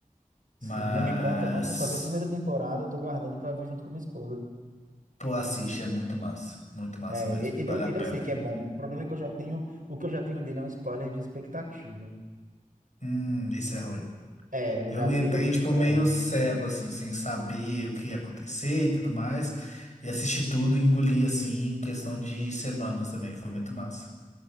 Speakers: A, on the right; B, on the left.
A: sim,
B: mas.
A: não me conta não, que eu só vi a primeira temporada, eu tô guardando pra ver junto com minha esposa.
B: Pô, assiste, é muito massa. Muito massa
A: É,
B: mesmo.
A: e- ele,
B: Vale
A: eu-
B: a
A: ele
B: pena.
A: eu sei que é bom. O problema é que eu já tenho, o que eu já tenho dele é um spoiler de expectativa.
B: Hum, isso é ruim.
A: É, eu
B: Eu
A: já sei
B: entrei,
A: o que
B: tipo,
A: esperar.
B: meio cego, assim, sem saber o que ia acontecer e tudo mais. E assisti tudo e engoli, assim, em questão de semanas também. Foi muito massa.